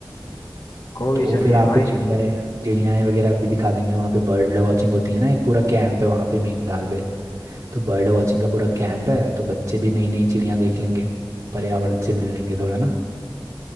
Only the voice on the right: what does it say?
तो
फिर
आपको
चिड़ियाएँ चिड़ियाएँ वगैरह भी दिखा देंगे वहाँ पे बर्ड वॉचिंग होती है ना एक पूरा कैंप है वहाँ पे भीमताल पे तो बर्ड वॉचिंग का पूरा कैंप है तो बच्चे भी नई नई चिड़ियाँ देख लेंगे पर्यावरण से मिल लेंगे थोड़ा ना